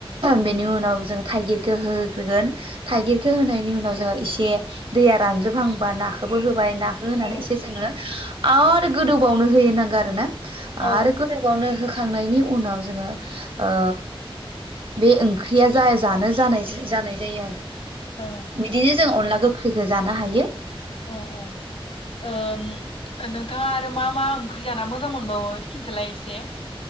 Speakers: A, on the right; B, on the left.
A: बेनि उनाव जों थाइगिरखौ होग्रोगोन थाइगिरखौ होनायनि उनाव जोङो इसे दैया रानजोबहांबा नाखौबो होबा बाय नाखौ होनानै
B: औ
A: एसे जोङो आरो गोदौबावनो हैयो नांगौ आरो ना
B: औ
A: आरो गोदौबावनो हो खांनायनि उनाव जोङो ओ बे ओंख्रिया जाय जानो जानाय जानाय जायो आरो।
B: औ
A: बिदिनो जों अनला गोखैखौ जानो हायो
B: औ औ ओ नोंथाङा आरो मा मा ओंख्रि जाना मोजां मोनबावो खिनथालाय एसे।